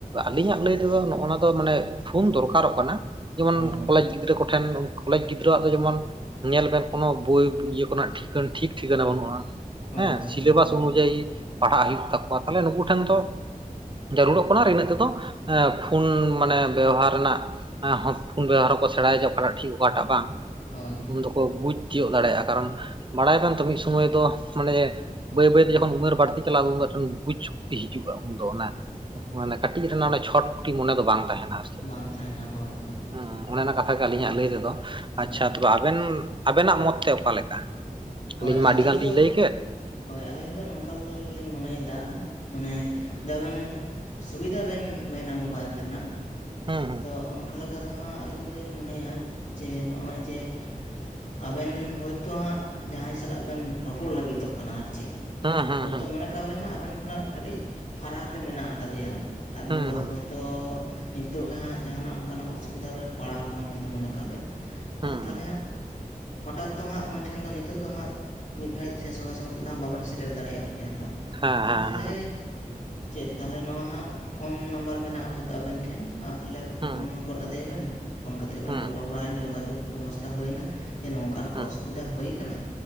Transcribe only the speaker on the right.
ᱟᱞᱤᱧᱟᱜ ᱞᱟᱹᱭ ᱛᱮᱫᱚ ᱱᱚᱜ-ᱚ ᱱᱟ ᱫᱚ ᱢᱟᱱᱮ ᱯᱷᱚᱱ ᱫᱚᱨᱠᱟᱨᱚᱜ ᱠᱟᱱᱟ᱾ ᱡᱮᱢᱚᱱ
ᱠᱚᱞᱮᱡᱽ ᱜᱤᱫᱽᱨᱟᱹ ᱠᱚ, ᱴᱷᱮᱱ ᱠᱚᱞᱮᱡᱽ ᱜᱤᱫᱽᱨᱟᱹᱣᱟᱜ ᱫᱚ ᱡᱮᱢᱚᱱ ᱧᱮᱞ ᱵᱮᱱ ᱠᱳᱱᱳ ᱵᱳᱭ ᱤᱭᱟᱹ ᱠᱚᱨᱮᱱᱟᱜ ᱴᱷᱤᱠ ᱴᱷᱤᱠ ᱴᱷᱤᱠᱟᱹᱱᱟ ᱵᱟᱹᱱᱩᱜ-ᱟ᱾
ᱦᱮᱸ
ᱥᱤᱞᱮᱵᱟᱥ
ᱚᱱᱩᱡᱟᱭᱤ ᱯᱟᱲᱦᱟᱜ ᱦᱩᱭᱩᱜ ᱛᱟᱠᱚᱣᱟ᱾ ᱛᱟᱦᱞᱮ ᱱᱩᱠᱩ ᱴᱷᱮᱱ ᱫᱚ ᱡᱟᱹᱨᱩᱲᱚᱜ ᱠᱟᱱᱟ ᱟᱨ ᱤᱱᱟᱹᱜ ᱛᱮᱫᱚ ᱯᱷᱩᱱ ᱢᱟᱱᱮ ᱵᱮᱣᱦᱟᱨ ᱨᱮᱱᱟᱜ ᱦᱮᱸ ᱯᱷᱳᱱ ᱵᱮᱵᱚᱦᱟᱨ ᱦᱚᱸ ᱠᱚ ᱥᱮᱬᱟᱭ ᱦᱚᱪᱚᱜ ᱚᱠᱟᱴᱟᱜ ᱴᱷᱤᱠ ᱚᱠᱟᱴᱟᱜ ᱵᱟᱝ᱾
ᱩᱱ ᱫᱚᱠᱚ ᱵᱩᱡᱽ ᱛᱤᱭᱳᱜ ᱫᱟᱲᱮᱭᱟᱜ-ᱟ᱾ ᱠᱟᱨᱚᱱ ᱵᱟᱲᱟᱭ ᱟᱵᱮᱱ ᱛᱚ ᱢᱤᱫ ᱥᱩᱢᱟᱹᱭ ᱫᱚ ᱢᱟᱱᱮ ᱵᱟᱹᱭ ᱵᱟᱹᱭᱛᱮ ᱡᱚᱠᱷᱚᱱ ᱩᱢᱟᱹᱨ ᱵᱟᱹᱲᱛᱤ ᱪᱟᱞᱟᱣ ᱩᱱ ᱫᱚ ᱢᱤᱫᱴᱟᱝ ᱵᱩᱡᱽ ᱥᱚᱠᱛᱤ ᱦᱤᱡᱩᱜ-ᱟ᱾ ᱩᱱᱫᱚ ᱚᱱᱟ ᱢᱟᱱᱮ ᱠᱟᱹᱴᱤᱡ ᱨᱮᱱᱟᱜ ᱚᱱᱟ ᱪᱷᱚᱴ ᱠᱩᱴᱤ ᱢᱚᱱᱮ ᱫᱚ ᱵᱟᱝ ᱛᱟᱦᱮᱱᱟ᱾ ᱪᱮᱫ
ᱦᱮᱸ ᱚᱱᱮ ᱚᱱᱟ ᱠᱟᱛᱷᱟ ᱜᱮ ᱟᱹᱞᱤᱧᱟᱜ ᱞᱟᱹᱭ ᱛᱮᱫᱚ
ᱟᱪᱪᱷᱟ ᱛᱚᱵᱮ ᱟᱵᱮᱱ ᱟᱵᱮᱱᱟᱜ ᱢᱚᱛ ᱛᱮ ᱚᱠᱟ ᱞᱮᱠᱟ?
ᱟᱹᱞᱤᱧ ᱢᱟ ᱟᱹᱰᱤ ᱜᱟᱱ
ᱞᱤᱧ ᱞᱟᱹᱭ ᱠᱮᱫ᱾
ᱦᱩᱸ
ᱦᱩᱸ ᱦᱩᱸ
ᱦᱩᱸ
ᱦᱩᱸ
ᱦᱩᱸ ᱦᱩᱸ
ᱦᱩᱸ
ᱦᱩᱸ
ᱦᱮᱸ
ᱦᱮᱸ
ᱦᱮᱸ
ᱦᱩᱸ
ᱦᱩᱸ
ᱦᱩᱸ